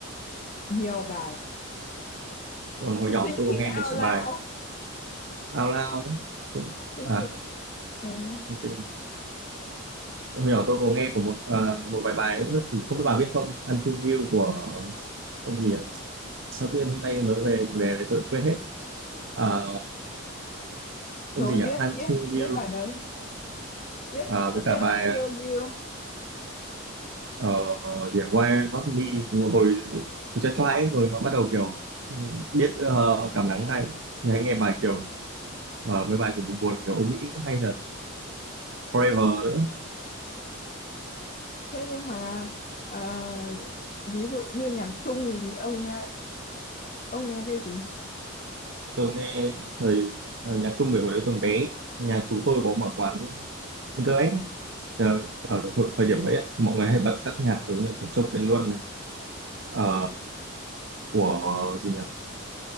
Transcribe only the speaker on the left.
nhiều bài
Thinking
Out
Loud
Thinking
ừ.
rồi
biết
biết biết
bài đấy biết
biết
Until You
thế nhưng mà ờ, ví dụ như nhạc chung thì ông nghe ông nghe cái gì